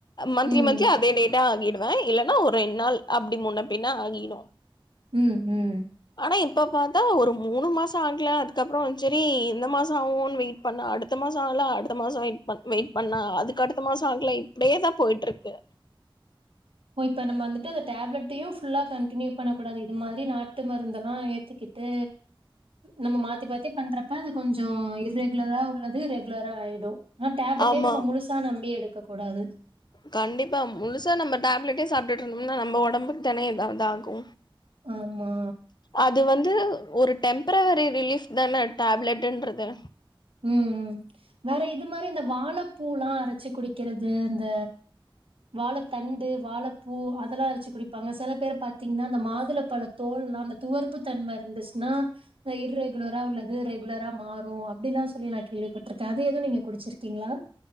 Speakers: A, on the left; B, on the right.
A: மந்த்லி
B: ம்
A: மந்த்லி அதே டேதா ஆகிடுவ இல்ல ல்லனா ஒரு ரெண் நாள் அப்டி முன்ன பின்ன ஆகிடு
B: ம் ம்
A: ஆனா இப்ப பாத்தா ஒரு மூணு மாசோ ஆகுல அதுக்கப்புறோ சேரி இந்த மாசோ ஆகுன் வெயிட் பண்ண அடுத்த மாசோ ஆகல அடுத்த மாசோ வெயிட் வெயிட் பண்ண அதுக்கு அடுத்த மாசோ ஆகல இப்டியேதா போயிட்ருக்கு
B: ஓ இப்ப நம்ம வந்துட்டு அந்த டேப்லெட்டையு ஃபுல்லா கண்டினியூ பண்ணக்கூடாது இந்த மாதிரி நாட்டு மருந்தெல்லா ஏத்துக்கிட்டு நம்ம மாத்தி மாத்தி பண்றப்ப அது கொஞ்சோ ர்ரெகுலரா உள்ளது ரெகுலரா ஆயிடு ஆனா டேப்லெட்டே
A: ஆமா
B: நம்ம முழுசா நம்பி எடுக் எடுக்கக் கூடாது
A: கண்டிப்பா முழுசா நம்ம டேப்லெட்டே சாப்டுட்டு இருந்தோம்னா நம்ம ஒடம்புக்கு தானே எதா இது ஆகு
B: ஆமா
A: அது வந்து ஒரு டெம்பரவரி ரிலீஃப் தான டேப்லெட்ன்றது
B: ம் வேற இது மாரி இந்த வாழப்பூலா அரச்சு குடிக்கிறது இந்த வாழத்தண்டு வாழப்பூ அதெல்லா அரச்சு குடிப்பாங்க செல பேர் பாத்தீங்கன்னா அந்த மாதுள பழத் தோல்லா அந்த துவர்பு தன்மைஇருந்துச்சுன்னா இர்ரெகுலரா உள்ளது ரெகுலரா மாறு அப்டில்லாஸ் சொல்லி நா கேள்விப்பட்ருக்க அது எதுவு நீங்க குடுச்சுருக்கீங்களா